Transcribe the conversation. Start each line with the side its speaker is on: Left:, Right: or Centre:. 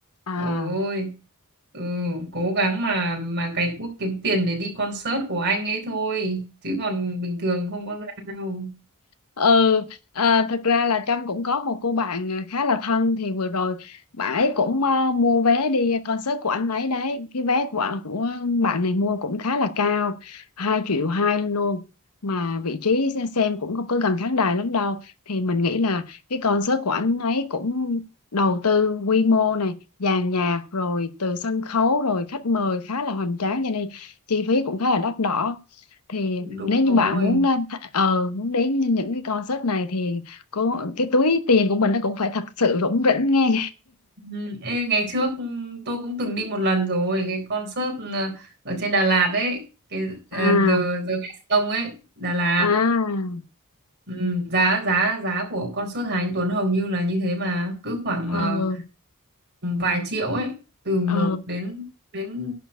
Left: à
Right: ôi ừ, cố gắng mà mà cày cuốc kiếm tiền để đi concert của anh ấy thôi chứ còn bình thường không có ra đâu
Left: ừ à, thật ra là Trâm cũng có một cô bạn à, khá là thân thì vừa rồi bà ấy cũng à, mua vé đi concert của anh ấy đấy cái vé của, của bạn này mua cũng khá là cao hai triệu hai luôn mà vị trí xem cũng không có gần khán đài lắm đâu thì mình nghĩ là cái concert của anh ấy cũng đầu tư quy mô này dàn nhạc rồi từ sân khấu rồi khách mời khá là hoành tráng cho nên chi phí cũng khá là đắt đỏ thì
Right: đúng
Left: nếu như
Right: rồi
Left: bạn muốn lên tha- ờ muốn đến những những cái concert này thì cô cái túi tiền của mình nó cũng phải thật sự rủng rỉnh nghe
Right: Ừ, Ê, ngày trước ừ, tôi cũng từng đi một lần rồi cái concert ờ, ở trên Đà Lạt ấy cái ờ,
Left: à
Right: giờ giờ Best ấy Đà Lạt
Left: à
Right: ừ, giá giá giá của concert Hà Anh Tuấn hầu như là như thế mà cứ khoảng
Left: ờ
Right: ờ, vài triệu ấy từ một
Left: ờ
Right: đến đến